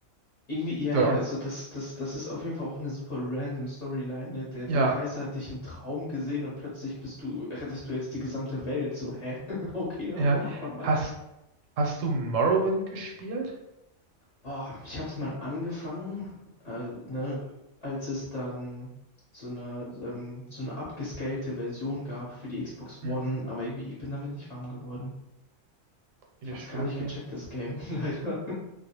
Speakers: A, on the left (about 40°); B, on the right (about 80°).
A: Irgendwie, ja,
B: So,
A: ja, also das, das, das ist auf jeden Fall auch eine super random Storyline, ne? Der, der
B: ja,
A: Kaiser hat dich im Traum gesehen und plötzlich bist du, rettest du jetzt die gesamte Welt. So, hä? <laughs> Okay, aber
B: ja.
A: mach mal mal.
B: Hast, hast du Morrowind gespielt?
A: Boah, ich hab's mal angefangen, äh, ne, als es dann so eine, ähm, so eine abgescalte Version gab für die Xbox One,
B: Hm,
A: aber irgendwie, ich bin damit nicht warm geworden.
B: nie
A: Ich
B: gespielt,
A: hab's gar nicht
B: ne?
A: gecheckt, das Game, <laughs> leider.